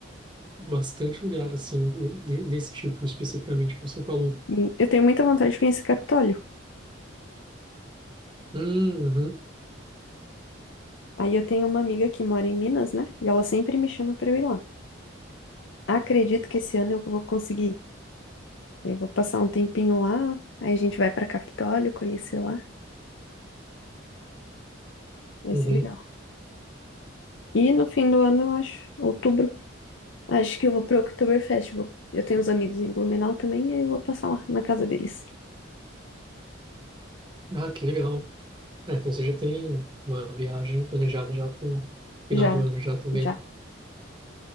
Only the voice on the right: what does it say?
bastante lugar, assim, de- de- desse tipo especificamente que você falou.
Uhum,
uhum.
Ah, que legal. Ah, então você já tem uma viagem planejada já para o final
do ano já também.